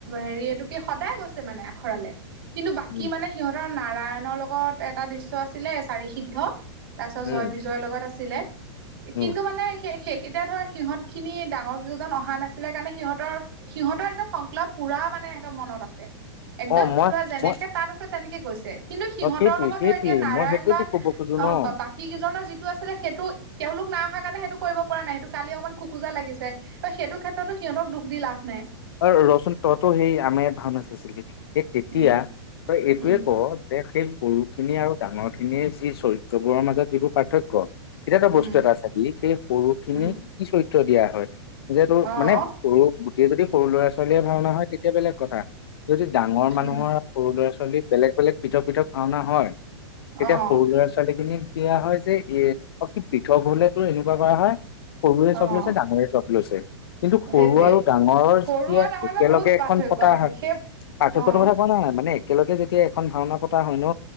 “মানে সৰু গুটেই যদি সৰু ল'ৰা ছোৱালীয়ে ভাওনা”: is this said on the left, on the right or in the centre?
Left